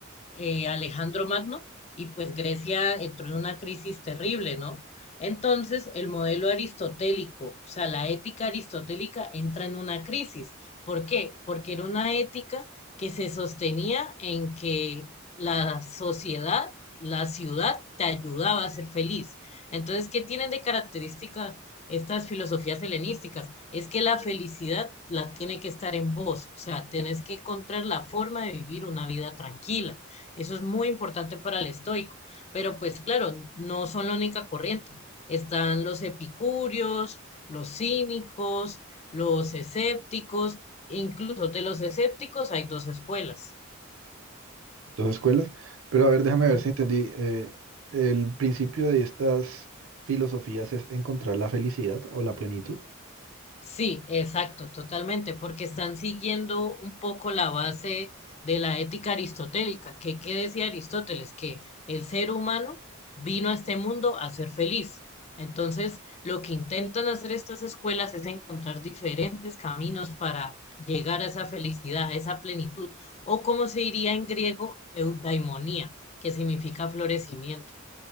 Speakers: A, on the left; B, on the right.
A: eh, Alejandro Magno y pues Grecia entró en una crisis terrible, ¿no? Entonces el modelo aristotélico, o sea, la ética aristotélica entra en una crisis. ¿Por qué? Porque era una ética que se sostenía en que la sociedad, la ciudad te ayudaba a ser feliz. Entonces, ¿qué tienen de características estas filosofías helenísticas? Es que la felicidad la tiene que estar en vos, o sea, tenés que encontrar la forma de vivir una vida tranquila. Eso es muy importante para el estoico, pero pues claro, no son la única corriente. Están los epicúreos, los cínicos, los escépticos, e incluso de los escépticos hay dos escuelas.
B: Dos escuelas. Pero a ver, déjame
A: Ujú.
B: ver si entendí. eh, el principio de estas filosofías es encontrar la felicidad o la plenitud.
A: Sí, exacto, totalmente, porque están siguiendo un poco la base de la ética aristotélica, que qué decía Aristóteles, que el ser humano vino a este mundo a ser feliz. Entonces, lo que intentan hacer estas escuelas es encontrar diferentes caminos para llegar a esa felicidad, a esa plenitud, o como se diría en griego, eudaimonía, que significa florecimiento.